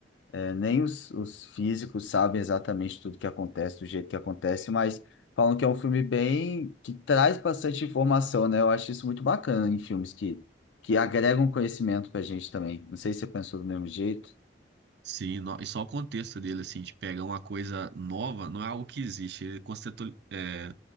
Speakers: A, on the left; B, on the right.
A: é, nem os, os físicos sabem exatamente tudo que acontece, do jeito que acontece, mas falam que é um filme bem que traz bastante informação, né? Eu acho isso muito bacana em filmes que, que agregam conhecimento pra gente também. Não sei se você pensou do mesmo jeito.
B: Sim, no- e só o contexto dele, assim, de pegar uma coisa nova, não é algo que existe. Ele constitu- é,